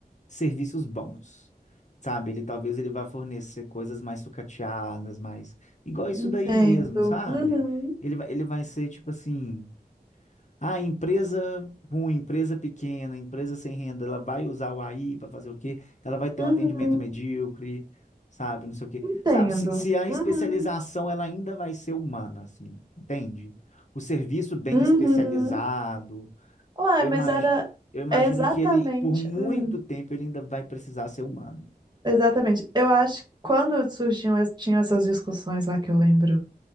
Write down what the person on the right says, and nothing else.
entendo.
Uhum.
Uhum,
entendo.
Uhum,
uhum.
Uai,
mas
era
é exatamente.
hum,
exatamente. Eu acho que quando surgiam, es- tinham essas discussões lá que eu lembro